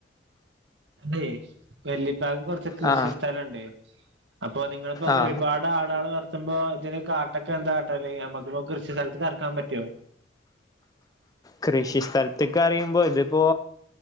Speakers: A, on the right; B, on the left.
A: ഇൻ്റെ വെല്ലിപ്പാക്ക് കൊറച്ച് കൃഷി
B: ആ
A: സ്ഥലണ്ട് അപ്പൊ നിങ്ങളിപ്പോ
B: ആ
A: ഒരുപാട് ആടളെ വളർത്തുമ്പോ ഇതിന് കാട്ടൊക്കെ എന്താ കാട്ടല് നമ്മക്കിപ്പോ കൃഷി സ്ഥലത്ത് കെറക്കാൻ പറ്റോ?
B: കൃഷി സ്ഥലത്ത്ക്ക് പറിയുമ്പോ ഇതിപ്പോ